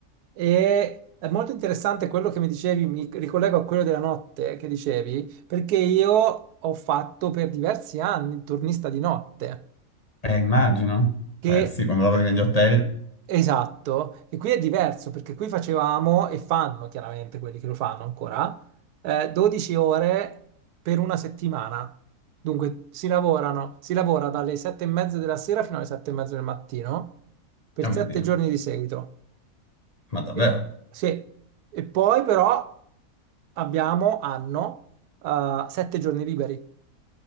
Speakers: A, on the right; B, on the left.
A: e è molto interessante quello che mi dicevi, mi ricollego a quello della notte che dicevi, perché io ho fatto per diversi anni il turnista di notte,
B: Eh, immagino.
A: che
B: Eh sì, quando lavori negli hotel.
A: Esatto, e qui è diverso perché qui facevamo e fanno chiaramente quelli che lo fanno ancora eh, 12 ore per una settimana. Dunque si lavorano, si lavora dalle 7 e mezza della sera fino alle 7 e mezza del mattino per
B: Oh mio
A: 7
B: Dio,
A: giorni di seguito.
B: ma davvero?
A: E, sì. E poi però abbiamo, hanno 7 giorni liberi,